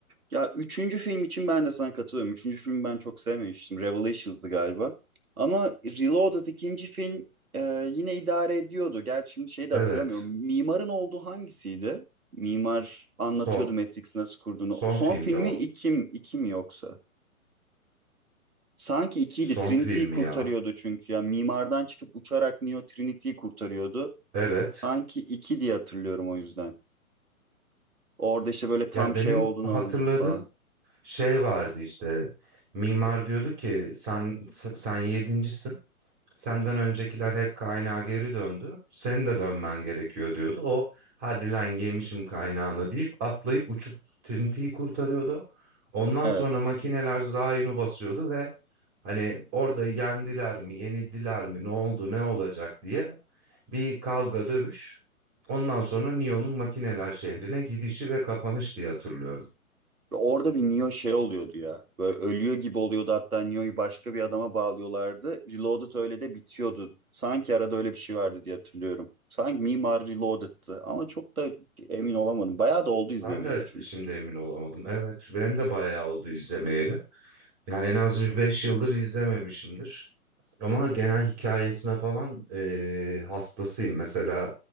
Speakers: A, on the right; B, on the right.
A: Ya üçüncü film için ben de sana katılıyorum. Üçüncü filmi ben çok sevmemiştim. Revelations'dı galiba. Ama Reloaded ikinci film e, yine idare ediyordu. Gerçi şimdi şeyi de
B: Evet,
A: hatırlamıyorum. Mimarın olduğu hangisiydi? Mimar anlatıyordu
B: son.
A: Matrix'i nasıl kurduğunu.
B: Son
A: Son
B: filmde
A: filmi
B: o.
A: iki, mi- iki mi yoksa? Sanki ikiydi.
B: Son
A: Trinity'yi
B: filmi
A: kurtarıyordu
B: ya.
A: çünkü. Ya mimardan çıkıp uçarak Neo Trinity'yi kurtarıyordu.
B: Evet.
A: Sanki iki diye hatırlıyorum o yüzden. Orada işte böyle tam
B: Ya benim
A: şey olduğunu
B: hatırladığım
A: anlıyordu falan.
B: şey vardı işte. Mimar diyordu ki sen s- sen yedincisin. Senden öncekiler hep kaynağa geri döndü. Senin de dönmen gerekiyor diyordu. O hadi lan yemişim kaynağını deyip atlayıp uçup Trinity'yi kurtarıyordu. Ondan
A: Evet.
B: sonra makineler Zion'u basıyordu ve hani orada yendiler mi, yenildiler mi, ne oldu, ne olacak diye Bir kavga dövüş. Ondan sonra Neo'nun makineler şehrine gidişi ve kapanış diye hatırlıyorum.
A: Orada bir Neo şey oluyordu ya. Böyle ölüyor gibi oluyordu hatta Neo'yu başka bir adama bağlıyorlardı. Reloaded öyle de bitiyordu. Sanki arada öyle bir şey vardı diye hatırlıyorum. Sanki Mimar Reloaded'tı ama çok da emin olamadım. Bayağı da oldu izlemeyeli
B: Ben de
A: çünkü
B: şimdi emin olamadım. Evet, benim de bayağı oldu izlemeyeli. Ya en az bir 5 yıldır izlememişimdir. Ama genel hikayesine falan eee, hastasıyım. Mesela